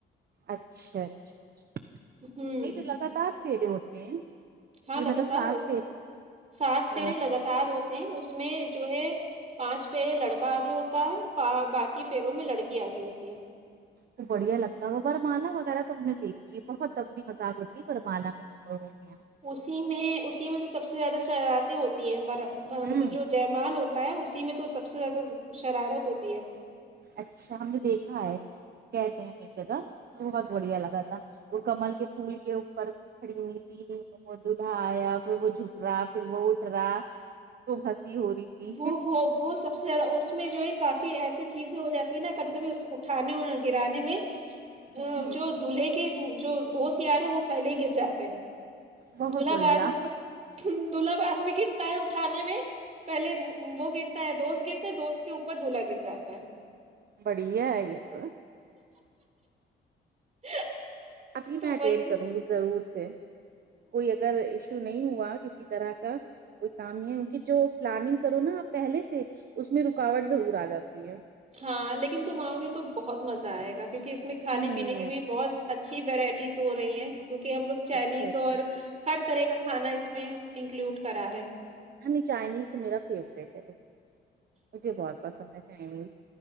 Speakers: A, on the right; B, on the right.
A: اچھا اچھا اچھا
B: ہوں
A: نہیں تو لگاتار پھیرے ہوتے ہیں
B: ہاں
A: یہ
B: لگاتار
A: مطلب سات
B: ہو
A: فیرے اچھا
B: سات پھیرے لگ تار ہوتے ہیں اس میں جو ہے پانچ پھیرا لڑکا آگے ہوتا ہے باقی کی پھروں میں لڑکی آگی ہوتی ہے
A: تو بڑھیا لگتا ہے برمالا وغیرہ تو ہم نے دیکھی ہے بہت اپری مذاق ہوتی ہے برمالا میں <unintelligible>
B: اسی میں اسی میں تو سب سے زیادہ شرطے ہوتی ہیں مطلب
A: ہوں
B: جو کمال ہوتا ہے اسی میں تو سب سے زیادہ شرارت ہوتی ہے
A: اچھا ہم نے دیکھا ہے کہتے ہیں ایک جگہ بہت بڑھیا لگا تھا تو کامل کے پھول کے اوپر کھڑی ہوئی پھر وہ دولہا آیا پھر وہ جھک رہا پھر وہ اٹھ رہا خوب ہنسی ہو رہی تھی
B: وہ وہ وہ سب سے اس اس میں جو ہے کافی ایسی چیزیں ہو جاتی ہیں نہ کبھی کبھی اٹھانے اور گرانے میں
A: ہوں
B: اور
A: ہوں
B: جو دلہے کے جو دوست یار ہیں وہ پہلے گر جاتے ہیں
A: بہت
B: دولہا
A: بڑھیا
B: بعد میں دولہا بعد میں گرتا ہے کھانے میں پہلے وہ گرتا ہے دوست گرتا ہے دوست کے اوپر دولہا گر جاتا ہے
A: بڑھیا ہے یہ تو
B: ہے
A: ابھی
B: تو
A: میں اٹینڈ
B: وہی
A: کروں گی ضرور سے کوئی اگر یشو تو نہیں ہوا کسی طرح کا کوئی کام نہیں ہے ان کی جو پلاننگ کرو نا آپ پہلے سے اس میں رکاوٹ ضرور آ جاتی ہے
B: ہاں لیکن تم آؤ گے تو بہت مزہ آئے گا کیونکہ اس میں
A: نہیں
B: کھانے پینے
A: میں
B: کے بھی بہت اچھی ورائٹیز ہو رہی ہیں کیونکہ ہم لوگ چائنیز
A: اچھا اچھا
B: اور ہر طرح کا کھانا اس میں انکلوڈ کرا رہے ہیں
A: ہمیں چائنیز تو میرا فیوریٹ ہے مجھے بہت پسند ہے چائنیز